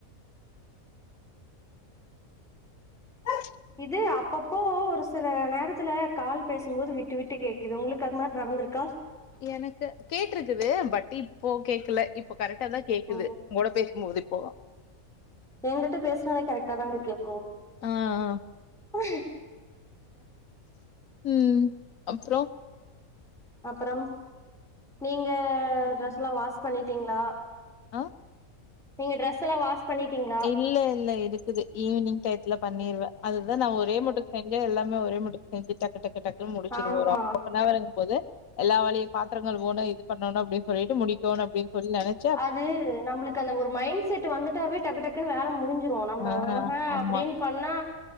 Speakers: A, on the left; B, in the centre.
A: ஹ
B: இது அப்பப்போ ஒரு சில நேரத்துல கால் பேசும்போது விட்டு விட்டு கேக்குது உங்களுக்கு அது மாரி நடந்திருக்கா
A: எனக்கு கேட்டிருக்குது பட் இப்போ கேக்கல இப் போ கரெக்டாதா கேக்குது
B: ஓ
A: உங்களோட பேசும்போது இப்போ
B: எங்கிட்ட பேசுனாலே கரெக்டா தாங்க கேட்கும்
A: ஆ ஆ
B: ஹ
A: உம் அப்புறோ
B: அப்புறம் நீங்க டிரஸ்லா வாஷ் பண்ணிட்டீங்களா
A: ஆ
B: நீங்க டிரஸ் எல்லா வாஷ் பண்ணிட்டீங்களா
A: இல்ல இல்ல இருக்குது ஈவினிங் டைத்துல பண்ணிருவே
B: ம்,
A: அதுதா நா ஒரே
B: ம்.
A: மட்டுக்கு செஞ்சா எல்லா நம்ம ஒரே மட்டுக்கு செஞ்சு டக்கு டக்கு டக்குன்ன முடிச்சடுவோ
B: ஆமா
A: ஒரு ஆஃப் அன்னவர் இருக்கும்போது எல்லா வேலையு பாத்திரங்கள் ஒவ்வொணு இது பண்ணணு அப்படின் சொல்லிட்டு முடிக்கணு அப்டின் சொல்லி நினைச்
B: அது நம்மளுக்கு அந்த ஒரு மைண்ட் செட் வந்துட்டாவே டக்கு டக்குன்னு வேல முடிஞ்சிரு சோ நம்ம
A: ஆ
B: ஆஹா
A: ஆமா
B: அப்படின் பண்ணா